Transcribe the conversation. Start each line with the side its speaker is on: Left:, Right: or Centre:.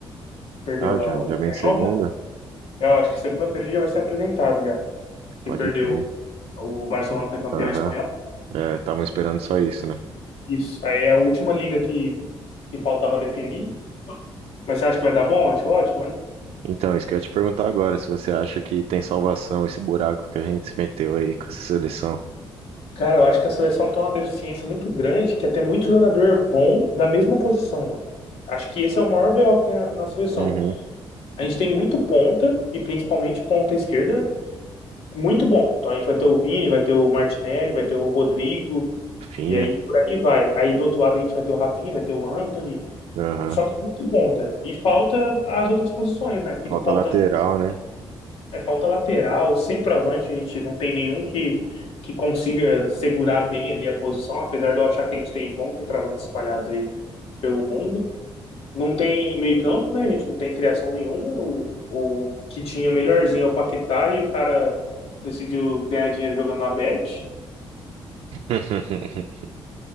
Left: perdeu
Right: Ah, já,
Left: a, o
Right: já
Left: espanhol,
Right: vem segunda?
Left: né? Eu acho que segunda-feira ele já vai ser apresentado já. Que
Right: Pode
Left: perdeu
Right: crer.
Left: O Barcelona foi campeão
Right: Aham.
Left: espanhol.
Right: É, estavam esperando só isso, né?
Left: Isso. Aí é a última liga que, que faltava definir. Mas você acha que vai dar bom? Acho ótimo, né?
Right: Então, isso que eu ia te perguntar agora, se você acha que tem salvação esse buraco que a gente se meteu aí com essa seleção.
Left: Cara, eu acho que a seleção tem uma deficiência muito grande que até muito jogador bom da mesma posição, mano. Acho que esse é o maior BO que tem na, na seleção.
Right: Uhum.
Left: A gente tem muito ponta, e principalmente ponta esquerda, né? muito bom. Então a gente vai ter o Vini, vai ter o Martinelli, vai ter o Rodrigo,
Right: Finha.
Left: e aí por aí vai. Aí do outro lado a gente vai ter o Rafinha, vai ter o Antony
Right: Aham.
Left: Só que é muito ponta E falta as outras posições, né? Fica
Right: Falta
Left: faltando,
Right: lateral, né?
Left: é, falta lateral, centroavante, a gente não tem nenhum que, que consiga segurar bem ali a posição, apesar de eu achar que a gente tem bons centroavantes espalhados aí pelo mundo. Não tem meio-campo, né? A gente não tem criação nenhuma. O, o que tinha melhorzinho é o Paquetá e o cara decidiu ganhar dinheiro jogando na Bet.
Right: <laughs>